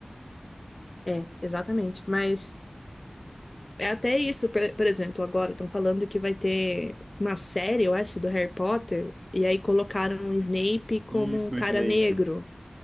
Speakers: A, on the left; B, on the right.
A: É, exatamente. Mas é até isso, por, por exemplo, agora estão falando que vai ter uma série, eu acho, do Harry Potter, e aí colocaram o Snape como
B: Isso,
A: um cara
B: o Snape.
A: negro.